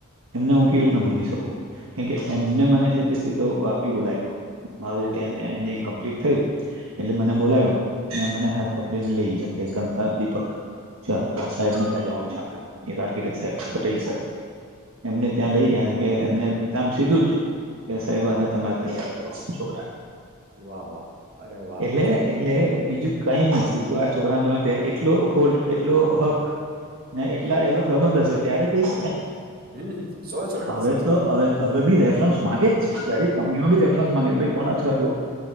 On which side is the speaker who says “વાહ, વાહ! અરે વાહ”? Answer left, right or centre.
Right